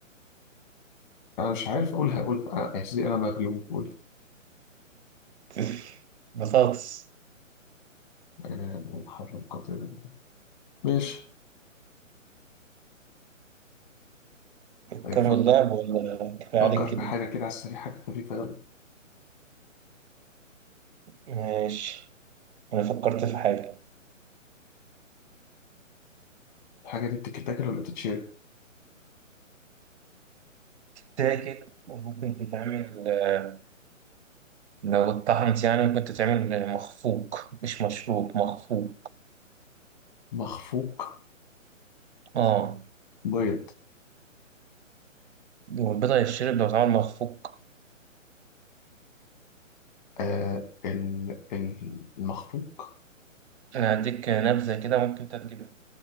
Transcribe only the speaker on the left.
انا مش عارف اقولها اقولها آه، يا سيدي انا مغلوب قولها
انا الحر القاتل ده. ماشي
طيب فكر
فكر
في
حاجة كده على السريع حاجة خفيفة يلا
الحاجة دي بتتاكل ولا بتتشرب؟
مخفوق
بيض
آه ال- ال- المخفوق